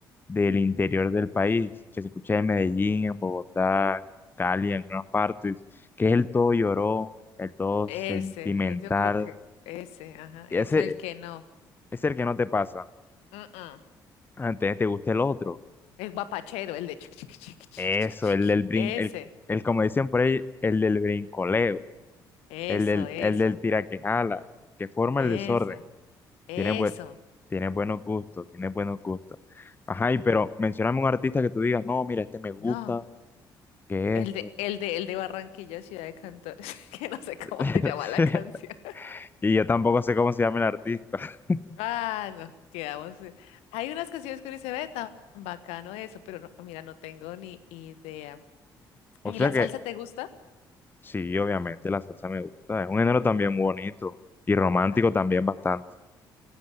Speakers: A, on the left (about 20°); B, on the left (about 65°).
A: del interior del país, que se escucha en Medellín, en Bogotá, Cali, en algunas partes, que es el todo llorón, el todo
B: ese,
A: sentimental.
B: eh, yo creo que ese, ajá,
A: Y
B: es
A: ese
B: el que no.
A: es el que no te pasa,
B: Mm, mm.
A: antes te gusta el otro.
B: El guapachero, el de chiqui, chiqui, chiqui, chiqui,
A: Eso,
B: chiqui,
A: el
B: chiqui.
A: del brin,
B: Ese,
A: el, el como dicen por ahí, el del brincoleo,
B: eso,
A: el del,
B: eso,
A: el del tiraquejala, que forma
B: eso,
A: el desorden.
B: eso.
A: Tienes buen, tienes buenos gustos, tienes buenos gustos. Ajá, y pero mencióname un artista que tú digas, no, mira, este me gusta,
B: No,
A: que
B: el
A: esto.
B: de, el de, el de Barranquilla, Ciudad de Cantores, <laughs> que no sé cómo
A: <laughs>
B: se llama la canción.
A: Y yo tampoco sé cómo se llama el artista. <laughs>
B: Ah, no, quedamos. eh. Hay unas canciones que uno dice, ve, tan bacano eso, pero no, mira, no tengo ni idea.
A: O
B: ¿Y
A: sea
B: la
A: que,
B: salsa te gusta?
A: sí, obviamente la salsa me gusta. Es un género también muy bonito y romántico
B: Ah,
A: también bastante.